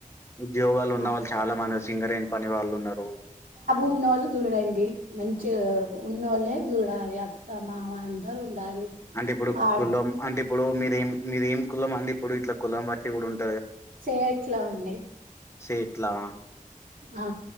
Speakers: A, on the left; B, on the right.
A: ఉద్యోగాలు
B: ఆ
A: ఉన్న వాళ్ళు చాలా మన సింగరేణి పని వాళ్ళు ఉన్నారు
B: ఉన్నవాళ్ళు చూడండి మంచి ఉన్నోళ్ళే చూడాలి అక్క మామ అందరు ఉండాలి
A: అంటే ఇప్పుడు
B: ఆడ
A: కులం అంటే ఇప్పుడు మీరేం మీర ఏం కులం అండి ఇప్పుడు ఇట్లా కులం బట్టి కూడా ఉంటంది
B: చేయట్లా అండి
A: సేట్లావా
B: ఆ